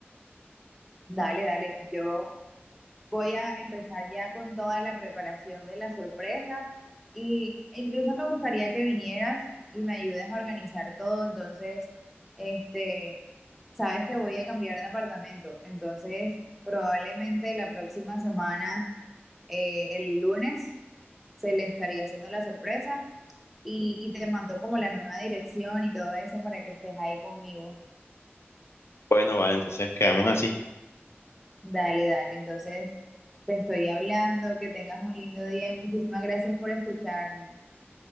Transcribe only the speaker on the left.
Bueno, vale, entonces quedamos así.